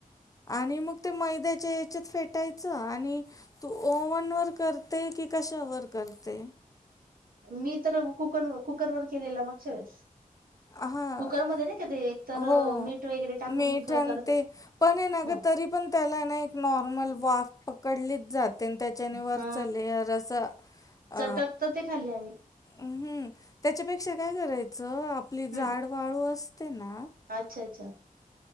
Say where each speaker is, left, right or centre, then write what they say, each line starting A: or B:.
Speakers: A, on the left (about 25°); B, on the right (about 80°).
A: आणि मग ते मैद्याच्या ह्याच्यात फेटायचं आणि तू ओव्हन वर करते. की कशावरर करते.
B: मी तर कुकर कुकर वर केलेला भात सारस.
A: हां,
B: कुकरमध्ये नाही का ते एक तर
A: हो.
B: मीठ टाकून
A: मीठ
B: क- करत
A: ते पण हे ना
B: ह
A: तरी पण त्याला ना एक नॉर्मल वाफ पकडलीच जाते. आणि त्याच्याने वर
B: हा
A: चालले यार असं अ
B: चटकत ते खाली आणि
A: हम्म त्याच्यापेक्षा काय करायचं आपली जाड
B: हम्म
A: वाळू असते ना.
B: अच्छा अच्छा!